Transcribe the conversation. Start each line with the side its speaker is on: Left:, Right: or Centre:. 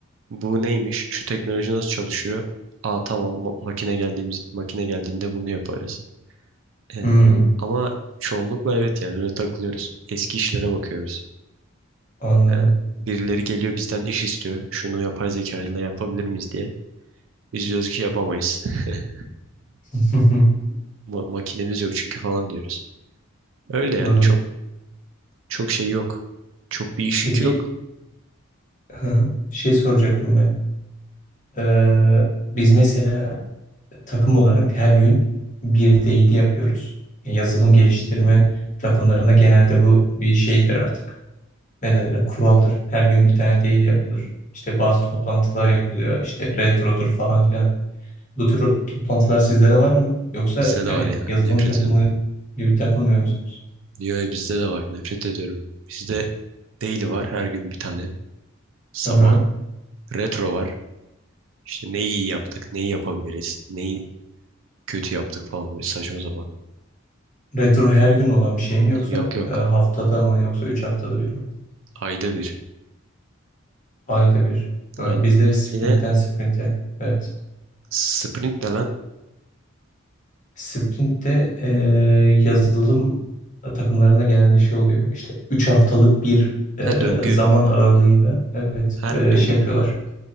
Right: bu neymiş? Şu teknoloji nasıl çalışıyor? Aa tamam ma- makine geldiğimiz makine geldiğinde bunu yaparız. Eee,
Left: Hmm,
Right: ama çoğunlukla evet yani öyle takılıyoruz. Eski işlere bakıyoruz.
Left: anladım.
Right: Eee, birileri geliyor bizden iş istiyor. Şunu yapay zeka ile yapabilir miyiz diye. Biz diyoruz ki yapamayız. <laughs>
Left: <laughs>
Right: Ma- makinemiz yok çünkü falan diyoruz. Öyle
Left: Anladım.
Right: yani çok çok şey yok. Çok bir iş
Left: Peki
Right: yükü yok.
Left: hı hı. şey soracaktım ben. Ee, biz mesela takım olarak her gün bir değili yapıyoruz. Yazılım geliştirme takımlarında genelde bu bir şeydir artık. ne derler kuraldır. Her gün bir tane değil yapılır. İşte bazı toplantılar yapılıyor. İşte retrodur falan filan. Bu tür toplantılar sizde de var mı? Yoksa
Right: Bizde de
Left: yani
Right: var ya
Left: yazılım
Right: nefret
Left: takımı
Right: ediyorum.
Left: gibi takılmıyor musunuz?
Right: Diyor ya bizde de var nefret ediyorum. Bizde daily var her gün bir tane. Sabah.
Left: Hı hı.
Right: Retro var. İşte neyi iyi yaptık, neyi yapabiliriz, neyi kötü yaptık falan böyle saçma sapan.
Left: Retro her gün olan bir şey mi yoksa
Right: Yok yok.
Left: e, haftada mı yoksa 3 haftada bir mi?
Right: Ayda bir.
Left: Ayda bir. Ha,
Right: Aynen.
Left: bizleri sprintten
Right: Bir de
Left: sprinte. Evet.
Right: sprint ne lan?
Left: Sprintte e, yazılım takımlarında genelde şey oluyor. İşte 3 haftalık bir e,
Right: Ha döngü.
Left: zaman aralığıyla evet
Right: Her
Left: e,
Right: bir döngüde.
Left: şey yapıyorlar.